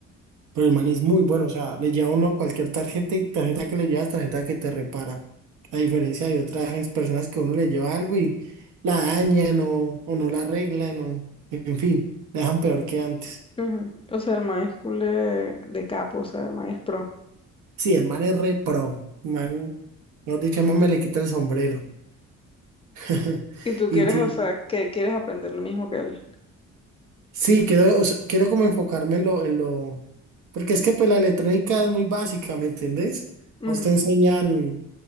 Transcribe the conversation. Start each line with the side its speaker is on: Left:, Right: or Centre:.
Right: Pero el man es muy bueno. O sea, le lleva uno cualquier tarjeta y tarjeta que le llevas, tarjeta que te repara. A diferencia de otras es- personas que uno le lleva algo y la dañan o, o no la arreglan o, en fin, la dejan peor que antes.
Left: Ujú. O sea, el man es cool de, de capo, o sea, el man es pro.
Right: Sí, el man es re pro. El Man, mejor dicho, el man me le quita el sombrero. <laughs>
Left: Y tú
Right: Y
Left: quieres,
Right: sí,
Left: o sea, que quieres aprender lo mismo que él.
Right: Sí, quiero, o sea, quiero como enfocarme en lo, en lo, porque es que pues la electrónica es muy básica, ¿me entendés?
Left: Ujú,
Right: A usted enseñan